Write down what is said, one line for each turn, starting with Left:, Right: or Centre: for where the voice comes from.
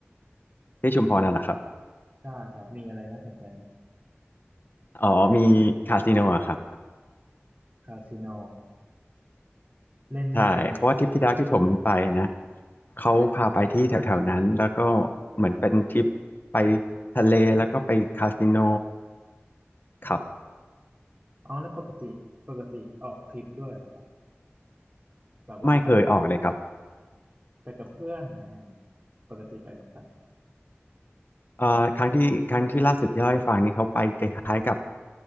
Left: ที่ชุมพรน่ะเหรอครับ
Right: ได้ครับมีอะไรน่าสนใจไหม
Left: อ๋อมีคาสิโนอะครับ
Right: คาสิโนเล่นไม่เป็นอะ
Left: ใช่เพราะว่าทริปที่แล้วที่ผมไปนะเขาพาไปที่แถวๆนั้นแล้วก็เหมือนเป็นทริปไปทะเลแล้วก็ไปคาสิโนครับ
Right: อ๋อแล้วปกติปกติออกทริปด้วยเหรอครับแบบว่าไปกับ
Left: ไม่เคยออกเลยครับ
Right: ไปกับเพื่อนอย่างเนี่ยปกติไปกับใคร
Left: เอ่อครั้งที่ครั้งที่ล่าสุดที่เล่าให้ฟังนี่เขาไปคล้ายๆกับ